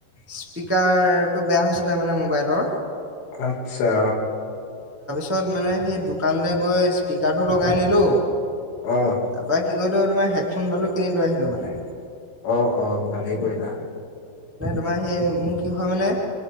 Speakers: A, on the right; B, on the left.
A: স্পীকাৰতটো বেয়া হৈছিলে মানে মোবাইলৰ।
B: আতছা।
A: তিছত মানে সেই দোকানলৈ গৈ স্পীকাৰটো লগাই নিলো।
B: অ অ
A: তাৰ পা কি কৰিলো তোমাৰ হেডফোনডালো কিনি লৈ আহিলো মানে।
B: অ, অ ভালেই কৰিলা।
A: আমাৰ সেই মোৰ কি হয় মানে